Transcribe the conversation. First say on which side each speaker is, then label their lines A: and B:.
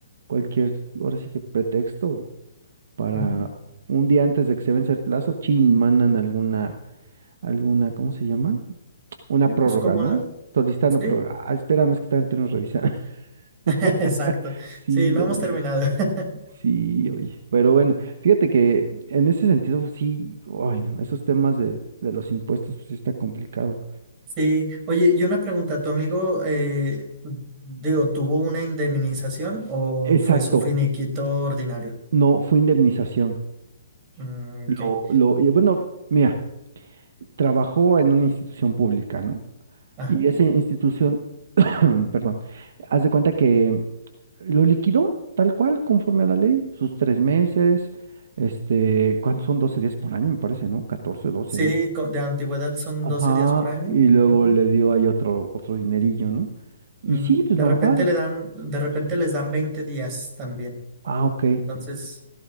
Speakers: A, on the right; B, on the right.
A: cualquier, ahora sí que pretexto para
B: Ujú.
A: un día antes de que se vence el plazo, chin, mandan alguna, alguna, ¿cómo se llama? Una
B: Sí, pues
A: prórroga,
B: como
A: ¿no?
B: la...
A: Solicitando
B: Sí,
A: prórroga. Ah, espérame, es que también tenemos que revisar.
B: <laughs>
A: <laughs>
B: exacto.
A: Sí,
B: Sí, no
A: no
B: hemos
A: manches.
B: terminado. <laughs>
A: Sí, oye. Pero bueno, fíjate que en ese sentido, sí, ay, no, esos temas de, de los impuestos, pues sí está complicado.
B: Sí, oye, y una pregunta, ¿tu amigo, eh, digo, tuvo una indemnización o
A: Exacto,
B: fue su finiquito ordinario?
A: no, fue indemnización.
B: Mm, ok,
A: Lo, lo, y bueno, mira, trabajó en una institución pública, ¿no?
B: ajá.
A: Y esa institución <clears throat> Perdón. Haz de cuenta que lo liquidó tal cual, conforme a la ley, sus tres meses, este, ¿cuántos son? doce días por año, me parece, ¿no? 14, 12,
B: Sí,
A: ¿no?
B: co- de antigüedad son
A: Ajá,
B: doce días por año.
A: y luego
B: Ujú.
A: le dio ahí otro, otro dinerillo, ¿no? Y
B: Mm,
A: sí, pues
B: De
A: normal.
B: repente le dan, de repente les dan 20 días también.
A: Ah, ok.
B: Entonces,